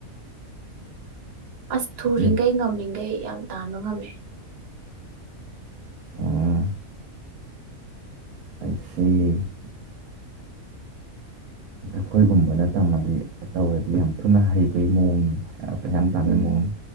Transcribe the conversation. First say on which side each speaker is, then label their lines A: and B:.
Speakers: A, on the right; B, on the right.
A: ꯑꯁ ꯊꯨꯔꯤꯈꯩ
B: ꯑꯦ
A: ꯉꯝꯃꯤꯈꯩ ꯌꯥꯝ ꯇꯥꯟꯕ ꯉꯝꯃꯦ
B: ꯑꯣ ꯑꯥꯏꯁꯤ ꯑꯩꯈꯣꯏꯒꯨꯝꯕꯅ ꯇꯝꯃꯗꯤ ꯇꯧꯔꯗꯤ ꯌꯥꯝ ꯊꯨꯅ ꯍꯩꯕꯒꯤ ꯃꯑꯣꯡꯅꯤ ꯄꯩꯁꯥ ꯌꯥꯝ ꯇꯥꯟꯕꯩ
A: ꯎꯝ
B: ꯃꯑꯣꯡ